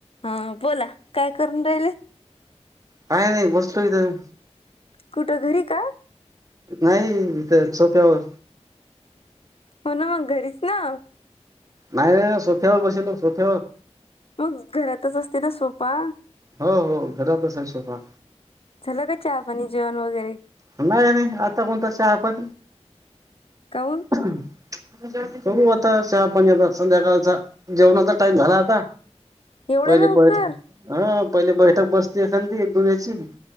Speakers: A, on the left; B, on the right.
A: हा बोला काय करून राहिल
B: काय नाही बसलो इथं
A: कुठं घरी का
B: नाही इथं सोफ्यावर
A: हो ना मग घरीच ना.
B: नाही सोथेवर बसल सोथ
A: मग घरातच असते ना सोफा.
B: हो हो घरातच शोपा.
A: झालं का चहा पाणी जेवण वगैरे
B: नाही नाही आता कोणता शहा पण.
A: काऊन
B: करू आता चहा पाणी संध्याकाळचा जेवणाचा टाईम झाला आता
A: एवढ्या
B: पहिले
A: लवकर
B: ब हा पहिले बैठक बसती असन ती एकदो ह्याची